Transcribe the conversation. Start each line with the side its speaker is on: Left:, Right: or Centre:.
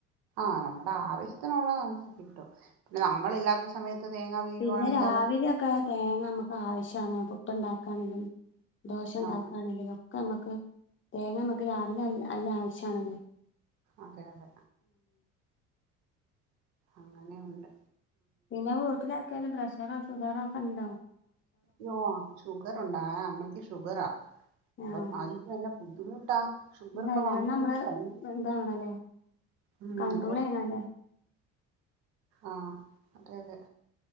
Right: ആ നമ്മുടെ ആവശ്യത്തിനുള്ളത് നമുക്ക് കിട്ടും പിന്നെ നമ്മളില്ലാത്ത സമയത്ത് തേങ്ങ വീഴുവാണെങ്കിൽ
Left: പിന്നെ രാവിലെയൊക്കെ
Right: അത്
Left: തേങ്ങ നമ്മക്ക് ആവശ്യാണ് ണ്ടാക്കാനേലും ദോശണ്ടാക്കാണെങ്കിലും
Right: ആഹ്
Left: ക്ക് നമ്ക്ക് തേങ്ങ നമക്ക് രാവിലെ നല്ല ആവശ്യാണല്ലോ
Right: അതെ അതെ അങ്ങനെയൊണ്ട്
Left: പിന്നെ <unintelligible> ർക്കേലും പ്രഷറാ ഷുഗറാക്കൊണ്ടോ
Right: യ്യോ ഷുഗറൊണ്ടാ അമ്മയ്ക്ക് ഷുഗറാ അപ്പം
Left: ആഹ്
Right: ആദ്യം തന്നെ ബുദ്ധിമുട്ടാ ഷുഗറൊക്കെ
Left: ഇത് നല്ലവണ്ണം
Right: വന്ന്
Left: നമ്മള്
Right: കഴിഞ്ഞാ ഭയങ്കര
Left: ഇതാവണല്ലേ
Right: ഉം
Left: കൺട്രോളെയ്യണല്ലേ.
Right: അതെ ആഹ് അതെ അതെ.